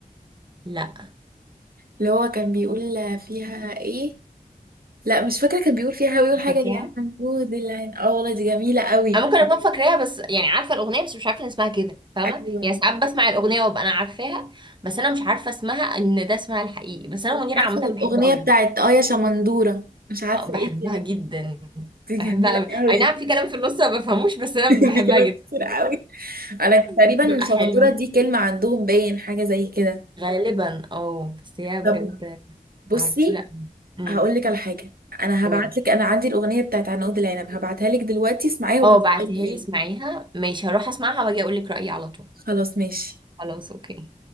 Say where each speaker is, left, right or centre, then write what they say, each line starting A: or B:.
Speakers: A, on the right; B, on the right.
A: لا
B: اللي هو كان بيقول فيها ايه لا مش فاكرة كان بيقول فيها بيقول
A: مش
B: حاجة
A: فاكراها
B: يا حنفود العين اه والله دي جميلة قوي
A: أنا ممكن أكون فاكراها بس يعني عارفة الأغنية بس مش عارفة إن اسمها كده فاهمة
B: ايوه
A: يعني ساعات بسمع الأغنية وأبقى أنا عارفاها بس أنا مش عارفة اسمها إن ده اسمها الحقيقي بس أنا
B: مش
A: منيرة
B: عارفة
A: عامة
B: الأغنية
A: بحبه أوي
B: بتاعت اه يا شمندورة مش عارفة
A: آه، بحبها
B: ايه كده
A: جدا
B: دي جميلة
A: بحبها أوي
B: قوي
A: أي نعم في كلام في النص ما بفهموش بس
B: <laughs>
A: أنا
B: في
A: بحبها
B: كلام
A: جدا
B: كتير قوي انا تقريبا
A: بتبقى
B: شمندورة
A: حلوة
B: دي كلمة عندهم باين حاجة زي كده
A: غالبا اه بس هي بجد
B: طب بصي
A: عسولة أوي أمم،
B: هقول لك على حاجة انا
A: قولي
B: هبعت لك انا عندي الأغنية بتاعت عنقود العنب هبعتها لك دلوقتي اسمعيها وقولي
A: اه بعتيها
B: رأيك فيها.
A: لي اسمعيها ماشي هروح اسمعها واجي اقول لك رأيي على طول
B: خلاص ماشي
A: خلاص اوكي